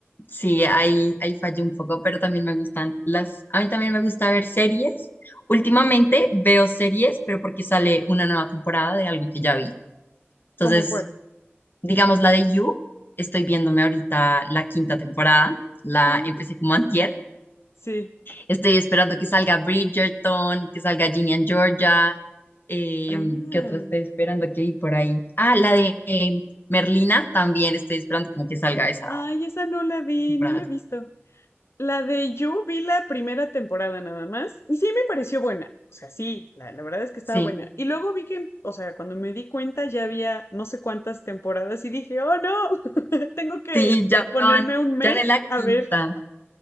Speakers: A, on the left; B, on the left.
A: Sí, ahí, ahí fallé un poco, pero también me gustan las, a mí también me gusta ver series. Últimamente veo series, pero porque sale una nueva temporada de algo que ya vi. Entonces,
B: ¿cómo cuál?
A: digamos la de You, estoy viéndome ahorita la quinta temporada, la
B: Ah,
A: empecé como antier.
B: sí.
A: Estoy esperando que salga Bridgerton, que salga Ginny and Georgia, eh,
B: Ah.
A: ¿qué otra estoy esperando que vi por ahí? Ah, la de eh, Merlina, también estoy esperando como que salga esa
B: Ay, esa no la vi,
A: temporada.
B: no la he visto. La de You vi la primera temporada nada más y sí me pareció buena. O sea, sí, la, la verdad es que estaba
A: Sí.
B: buena. Y luego vi que, o sea, cuando me di cuenta ya había no sé cuántas temporadas y dije, oh no, <laughs> tengo que
A: Sí, ya
B: ponerme
A: van,
B: un mes
A: ya en la
B: a
A: quinta.
B: ver.